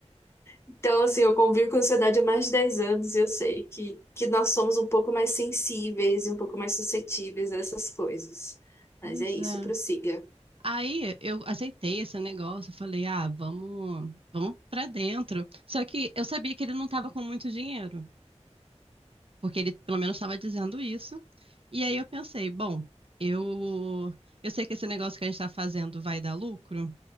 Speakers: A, on the left; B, on the right.
A: Então, assim, eu convivo com ansiedade há mais de 10 anos e eu sei que, que nós somos um pouco mais sensíveis e um pouco mais suscetíveis a essas coisas.
B: Pois
A: Mas é isso,
B: é.
A: prossiga.
B: Aí eu aceitei esse negócio, eu falei, ah, vamos, vamos para dentro. Só que eu sabia que ele não estava com muito dinheiro, porque ele pelo menos estava dizendo isso. E aí eu pensei, bom, eu, eu sei que esse negócio que a gente está fazendo vai dar lucro,